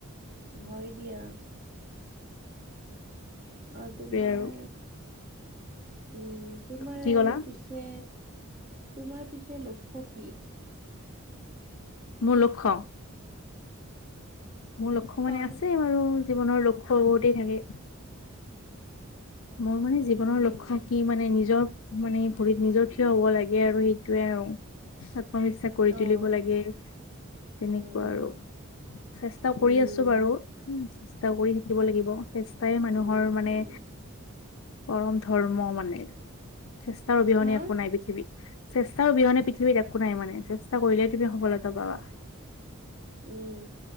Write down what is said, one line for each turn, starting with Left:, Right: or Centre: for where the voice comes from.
Right: হয় দিয়া। অহ' তোমাৰ
Left: আৰু
Right: উম, তোমাৰ
Left: কি ক'লা
Right: পিছে, তোমাৰ পিছে লক্ষ্য কি?
Left: মোৰ লক্ষ্য। মোৰ লক্ষ্য মানে
Right: হয়,
Left: আছে বাৰু জীৱনৰ লক্ষ্য বহুতেই থাকে। মোৰ মানে জীৱনৰ
Right: উম,
Left: লক্ষ্য কি মানে নিজৰ মানে ভৰিত নিজৰ থিয় হ'ব লাগে আৰু সেইটোৱে আৰু। আত্মবিশ্বাস কৰি তুলিব
Right: অ',
Left: লাগে, তেনেকুৱা
Right: উম,
Left: আৰু। চেষ্টা কৰি
Right: উম,
Left: আছোঁ বাৰু। উম, চেষ্টা কৰি থাকিব লাগিব চেষ্টাই মানুহৰ
Right: উম,
Left: মানে
Right: উম,
Left: পৰম ধৰ্ম মানে, চেষ্টাৰ অবিহনে
Right: হা,
Left: একো নাই পৃথিৱীত। চেষ্টা অবিহনে পৃথিৱীত একো নাই মানে, চেষ্টা কৰিলেহে তুমি সফলতা পাবা।
Right: উম।